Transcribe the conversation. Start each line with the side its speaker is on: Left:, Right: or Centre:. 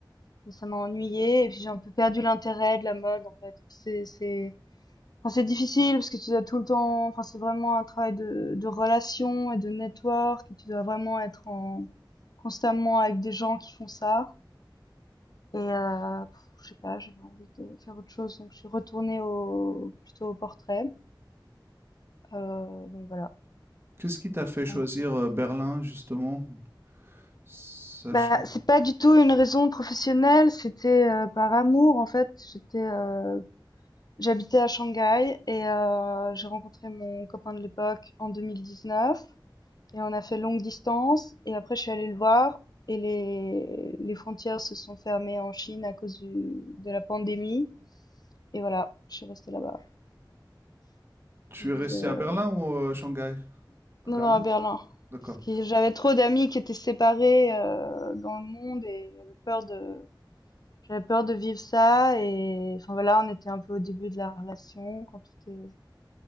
Left: mais ça m'a ennuyé. Et puis j'ai un peu perdu l'intérêt de la mode, en fait. Et puis c'est, c'est, Enfin, c'est difficile parce que tu dois tout le temps, enfin, c'est vraiment un travail de, de relation et de network et tu dois vraiment être en, constamment avec des gens qui font ça. Et, euh, pff, je sais pas, j'avais envie de faire autre chose, donc je suis retournée au, plutôt au portrait. Euh, donc voilà.
Right: Qu'est-ce qui t'a fait choisir
Left: en gros.
Right: euh, Berlin, justement? Sach-
Left: Bah, c'est pas du tout une raison professionnelle, c'était euh, par amour en fait. J'étais, euh, j'habitais à Shanghai et euh, j'ai rencontré mon copain de l'époque en 2019. Et on a fait longue distance. Et après, je suis allée le voir. Et les, les frontières se sont fermées en Chine à cause du, de la pandémie. Et voilà, je suis restée là-bas.
Right: Tu
Left: Donc,
Right: es resté
Left: euh,
Right: à Berlin ou euh, Shanghai? À
Left: non,
Right: Berlin?
Left: non, à Berlin.
Right: D'accord,
Left: Parce que j'avais trop d'amis qui étaient séparés euh, dans le monde et j'avais peur de, j'avais peur de vivre ça. Et enfin voilà, on était un peu au début de la relation quand tout est